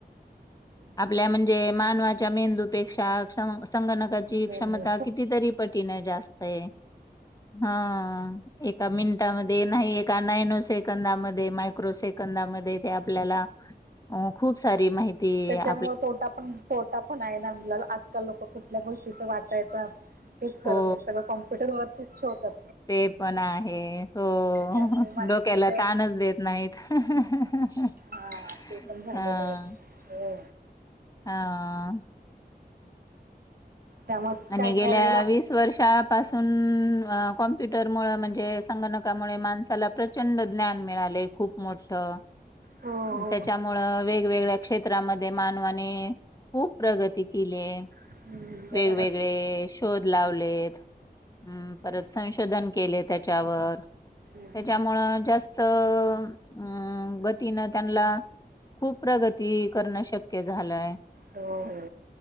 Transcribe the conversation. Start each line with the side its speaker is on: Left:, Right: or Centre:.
Right: हम्म.
Left: आपल्या म्हणजे मानवाच्या मेंदूपेक्षा संग संगणकाची
Right: मेंदू
Left: क्षमता कितीतरी पटीन जास्त आहे हा एका मिनिटामध्ये नाही एका नॅनो सेकंदामध्ये मायक्रो सेकंदामध्ये ते आपल्याला अ खूप सारी माहिती आ
Right: त्यामुळे तोटा पण तोटा पण आहे ना आपल्याला आजकाल लोक कुठल्या गोष्टीच वाचायचं तेच करत
Left: हो
Right: आहे सगळं कॉम्पुटरवरतीच ठेवतात
Left: ते पण आहे हो
Right: त्यामुळे मानसिक
Left: डोक्याला ताणच देत नाहीत. <inaudible>
Right: हा ते पण झालेलं
Left: हा
Right: आहे हो
Left: हा आ
Right: त्यामुळे
Left: आणि
Right: काय
Left: गेल्या
Right: काय वेळेला
Left: वीस वर्षात पासून कॉम्प्युटर मुळे म्हणजे संगणकामुळे माणसाला प्रचंड ज्ञान मिळाल. लय खूप मोठं
Right: हो हो
Left: त्याच्यामुळे वेगवेगळ्या क्षेत्रांमध्ये मानवाने खूप प्रगती केली.
Right: हम्म, बरोबर
Left: वेगवेग वेगळे
Right: हो
Left: शोध लावलेत. हम् परत
Right: हम्म,
Left: संशोधन केले त्याच्यावर
Right: हम्म.
Left: त्याच्यामुळ जास्त त अ गतीनं त्यांना खूप प्रगती करणं शक्य झालंय.
Right: हो हो